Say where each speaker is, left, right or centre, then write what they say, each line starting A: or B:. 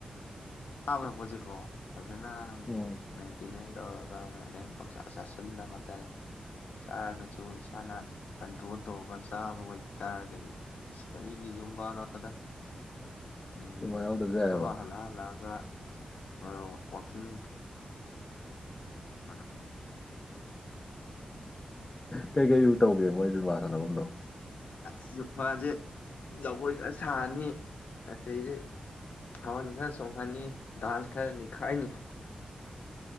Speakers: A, on the left; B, on the left.
A: ꯇꯂꯛꯄꯁꯤ ꯀꯣ ꯐꯖꯅ
B: ꯎꯝ
A: ꯃꯦꯟꯇꯦꯟ ꯅꯦꯟꯁ ꯇꯧꯔꯒ ꯄꯪꯁꯥ ꯆꯥꯁꯤꯟꯗꯕ ꯍꯥꯏꯇꯥꯔꯦ ꯆꯥꯔꯒꯁꯨ ꯏꯁꯥꯅ ꯀꯟꯇ꯭ꯔꯣꯜ ꯇꯧꯔꯒ ꯆꯥꯕꯈ ꯑꯣꯏ ꯇꯥꯔꯒꯗꯤ ꯀꯔꯤꯒꯤ ꯖꯨꯝꯕꯥꯅꯣꯗ ꯎꯝ
B: ꯖꯨꯃꯥ ꯌꯥꯎꯗ꯭ꯔꯁꯨ ꯌꯥꯏꯑꯕ
A: ꯊꯕꯛ ꯍꯜꯂ ꯍꯜ ꯂꯒ ꯑꯗꯨꯒ ꯑ ꯋꯥꯀꯤꯡ <unintelligible>
B: ꯀꯩꯀꯩ ꯇꯧꯒꯦ ꯃꯣꯏ ꯖꯨꯕꯥ ꯁꯥꯟꯅꯐꯝꯗꯣ
A: ꯑꯁ ꯌꯐꯥꯁꯦ ꯖꯒꯣꯏ ꯈꯔ ꯁꯥꯔꯅꯤ ꯑꯗꯩꯗꯤ ꯊꯥꯕꯜ ꯈꯔ ꯆꯣꯡꯍꯅꯤ ꯗꯗꯥꯥꯟꯁ ꯈꯔꯅꯤ ꯈꯥꯏꯅꯤ